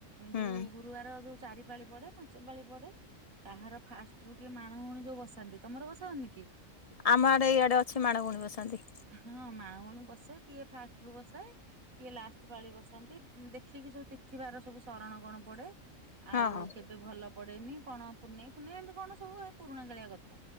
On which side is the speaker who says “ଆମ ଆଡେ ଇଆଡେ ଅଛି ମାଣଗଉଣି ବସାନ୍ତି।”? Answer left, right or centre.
Left